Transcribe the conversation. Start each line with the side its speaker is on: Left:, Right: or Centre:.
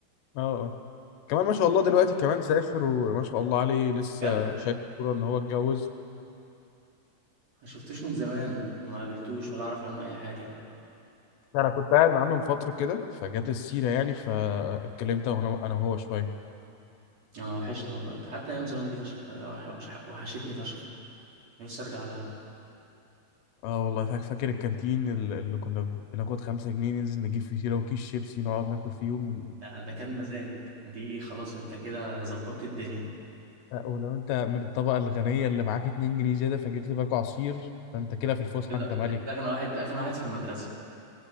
Left: اه اه كمان ما شاء الله دلوقتي كمان سافر وما شاء الله عليه لسه
Right: بجد
Left: شايف كوره ان هو اتجوز
Right: ما شفتوش من زمان وما قابلتوش ولا أعرف عنه أي حاجة
Left: انا كنت قاعد معاه من فتره كده فجت السيره يعني فاتكلمت انا انا وهو شويه
Right: اه وحشنا والله حتى أيام زمان دي فشخ آه، وح- وح- وحشتني فشخ نفسي أرجع لها
Left: اه والله فاك- فاكر الكانتين ال- اللي كنا بناخد خمسة جنيه ننزل نجيب فيه سيرة وكيس شيبسي نقعد ناكل فيهم
Right: آه، ده كان مزاج دي خلاص أنت كده ظبطت الدنيا
Left: لا، ولو انت من الطبقة الغنية اللي معاك 2 جنيه زيادة فجبت باكو عصير فانت كده في الفسحة
Right: كده
Left: انت
Right: انت
Left: ملك
Right: كده اغنى واحد اغنى واحد في المدرسه